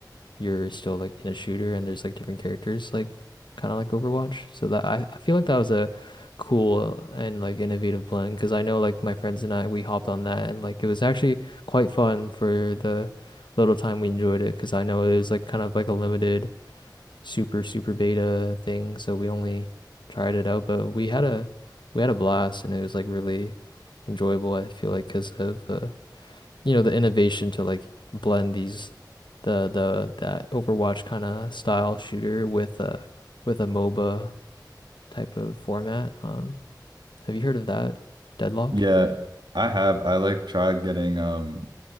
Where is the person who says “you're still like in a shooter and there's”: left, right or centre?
Left